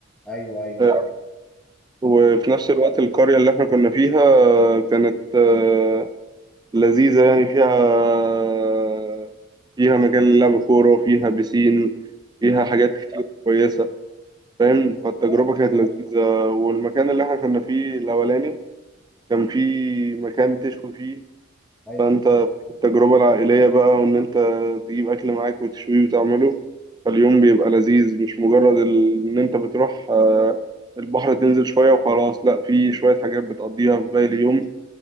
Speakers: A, in the centre; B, on the right (about 20°).
A: ايوه ايوه
B: آه،
A: طب
B: وفي نفس الوقت القرية اللي احنا كنا فيها كانت آه، لذيذة يعني فيها آه، فيها مجال للعب كورة وفيها بيسين فيها
A: ايوه
B: حاجات كتير كويسة فاهم فالتجربة
A: اه
B: كانت لذيذة والمكان اللي احنا كنا فيه الأولاني كان فيه مكان تشوي فيه
A: ايوه
B: فانت التجربة العائلية بقى وان انت تجيب اكل معاك وتشويه وتعمله فاليوم بيبقى لذيذ مش مجرد ال- ان انت بتروح آه، البحر تنزل شوية وخلاص لا في شوية حاجات بتقضيها في باقي اليوم